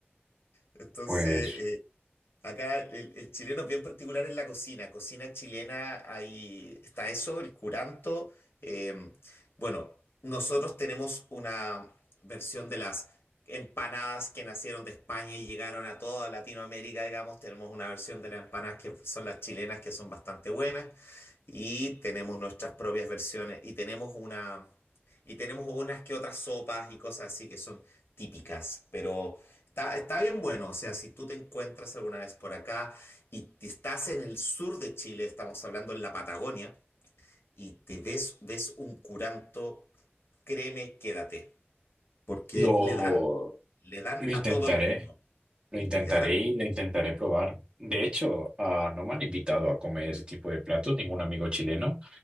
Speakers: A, on the left (about 65°); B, on the right (about 25°).
A: entonces,
B: pues
A: eh, Acá el, el chileno es bien particular en la cocina. Cocina chilena, ahí está eso, el curanto. eh, bueno, nosotros tenemos una versión de las empanadas que nacieron de España y llegaron a toda Latinoamérica, digamos. Tenemos una versión de las empanadas que son las chilenas, que son bastante buenas. Y tenemos nuestras propias versiones. Y tenemos una, y tenemos unas que otras sopas y cosas así que son típicas. Pero. Está, está bien bueno, o sea, si tú te encuentras alguna vez por acá y te estás en el sur de Chile, estamos hablando en la Patagonia, y te ves, ves un curanto, créeme, quédate, porque
B: lo...
A: le dan, le dan
B: Lo intentaré,
A: a todo el mundo,
B: lo intentaré
A: le dan,
B: y lo intentaré probar. De hecho, ah, no me han invitado a comer ese tipo de platos, ningún amigo chileno,